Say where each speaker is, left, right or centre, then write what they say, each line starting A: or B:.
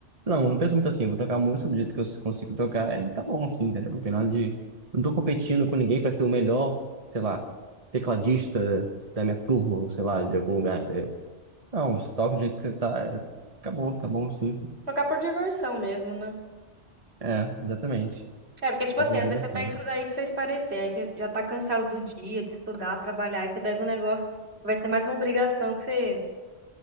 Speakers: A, on the right (about 30°); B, on the right (about 60°).
A: Não, eu não penso muito assim, eu vou tocar a música do jeito que eu consigo tocar e tá bom, assim, entendeu? Não tem nada de. Não tô competindo com ninguém pra ser o melhor, sei lá, tecladista da minha turma, ou sei lá, de algum lugar, entendeu? Não, você toca do jeito que você tá, é, acabou, tá bom, sim.
B: Tocar por diversão mesmo, né?
A: É, exatamente.
B: É, porque, tipo
A: Tá
B: assim,
A: por
B: às
A: direção.
B: vezes você pega isso daí aí pra você espairecer, aí você já tá cansado do dia, de estudar, trabalhar, aí você pega um negócio que vai ser mais uma obrigação que você,